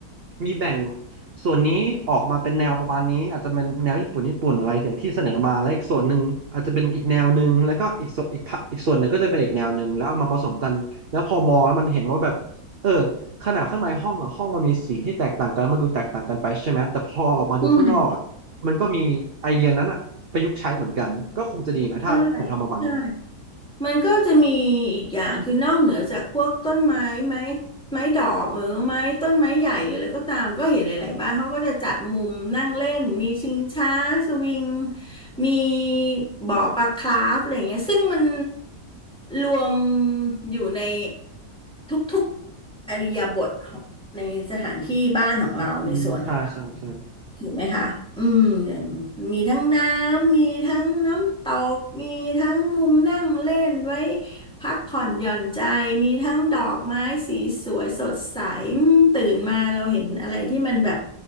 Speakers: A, on the right; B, in the centre.
A: มีแบ่งส่วนนี้ออกมาเป็นแนวประมาณนี้อาจจะเป็นแนวญี่ปุ่นญี่ปุ่นอะไรอย่างที่เสนอมาแล้วอีกส่วนหนึ่งอาจจะเป็นอีกแนวหนึ่งแล้วก็อีกส่วนอีกพักอีกส่วนหนึ่งก็จะเป็นอีกแนวหนึ่งแล้วเอามาผสมกันแล้วพอมองแล้วมันเห็นว่าแบบ เออขนาดข้างในห้องอะห้องมันมีสีที่แตกต่างกันมันดูแตกต่างกันไปใช่ไหมแต่พอออกมาดูข้างนอกอะมันก็มีไอเดียนั้นอะประยุกต์ใช้เหมือนกันก็คงจะดีไหมถ้าผมทำประมาณเนี้ย
B: อืมใช่ใช่ มันก็จะมีอีกอย่างคือนอกเหนือจากพวกต้นไม้ไม้ไม้ดอกหรือไม้ต้นไม้ใหญ่หรืออะไรก็ตามก็เห็นหลายๆบ้านเขาก็จะจัดมุมนั่งเล่นมีชิงช้าสวิงมีบ่อปลาคราฟอะไรอย่างเงี้ยซึ่งมันรวมอยู่ในทุกๆอิริยาบถของในสถานที่บ้านของเราในสวนของเรา
A: อืมใช่ใช่ใช่
B: ถูกไหมคะอืมอย่างมีทั้งน้ำมีทั้งน้ำตก มีทั้งมุมนั่งเล่นไว้พักผ่อนหย่อนใจ มีทั้งดอกไม้สีสวยสดใสอืมตื่นมาเราเห็นอะไรที่มันแบบ